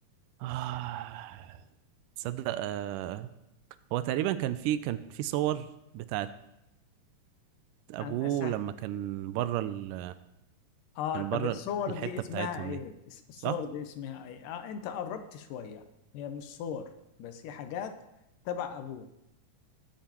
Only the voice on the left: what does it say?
انا اسهل
اه
طب
الصور
دي اسمها
ايه
الس- الصور
دي اسمها ايه اه انت قربت شوية هي مش صور بس هي حاجات تبع ابوه